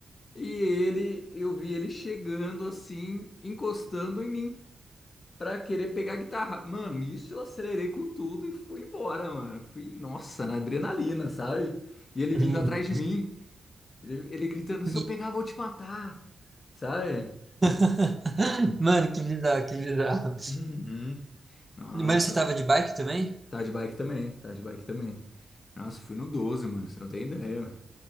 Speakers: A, on the left; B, on the right.
A: E ele, eu vi ele chegando assim, encostando em mim. pra querer pegar a guitarra. Mano, isso eu acelerei com tudo e fui embora, mano. Fui, nossa, na adrenalina, sabe? E ele
B: Uhum.
A: vindo atrás de mim, ele, ele gritando: se
B: E-
A: eu pegar, eu vou te matar, sabe?
B: <laughs> Mano, que bizarro, que bizarro.
A: Uhum. Nossa,
B: Mas você tava de bike também?
A: tá de bike também, tá de bike também. Nossa, fui no 12, mano, você não tem ideia, mano.